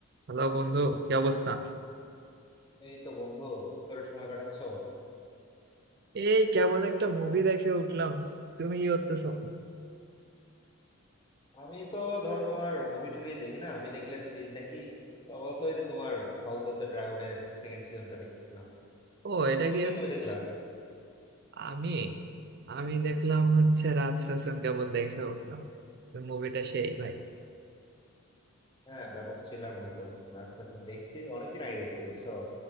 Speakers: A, on the right; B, on the left.
A: হ্যালো বন্ধু কি অবস্থা
B: এই তো বন্ধু কি করে সময় কাটাচ্ছো
A: এই কেমন একটা মুভি দেখে উঠলাম তুমি কি করতেছো
B: আমি তো ধরো তোমার মুভি টুভি দেখি না আমি দেখলে সিরিজ দেখি তবে তো এই তো তোমার হাউস অফ দ্য ড্রাগনের সেকেন্ড সিজনটা দেখতেছিলাম
A: ও এটা
B: তুমি
A: কি
B: কি
A: হচ্ছে
B: মুভি দেখলা
A: আমি আমি দেখলাম হচ্ছে রাজ সেশন কেবল দেখে উঠলাম মুভিটা সেই ভাই
B: হ্যাঁ ব্যাপক থ্রিলার মুভি তো আচ্ছা আচ্ছা, দেখছি অনেকদিন আগে দেখছি বুঝছো